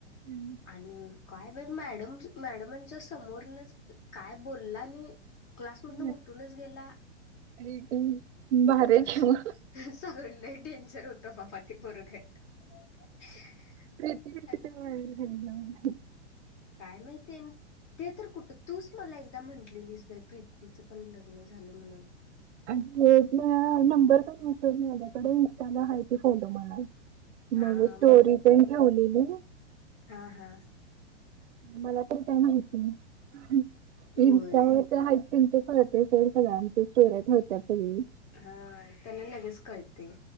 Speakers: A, on the right (about 70°); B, on the left (about 40°).
A: हम्म
B: आणि काय बाई मॅडम मॅडमांच्या समोरनच काय बोलला नाही. क्लासमधन उठूनच
A: होय.
B: गेला
A: अरे ते भारी आहे
B: असं.
A: की मग
B: सगळ लई डेंजर होतं बाबा ते पोरगं. <inaudible>
A: प्रीती कशी काय <unintelligible>
B: काय माहिती? ते तर कुठं, तूच मला एकदा म्हटलेलीस बाई प्रीतीचं पण लग्न झालं म्हणून.
A: आणि नंबर पण असेल माझ्याकडे. इंस्टाला आहे ती फॉलो मला.
B: हा
A: मग स्टोरी पण ठेवलेली.
B: हां हां.
A: मला पण काय माहिती नाही.
B: होय
A: इन्स्टावर हाय त्यांचं कळतंय सोड सगळ्यांचच स्टोरया ठेवतात सगळी.
B: हा, त्यांन लगेच कळते.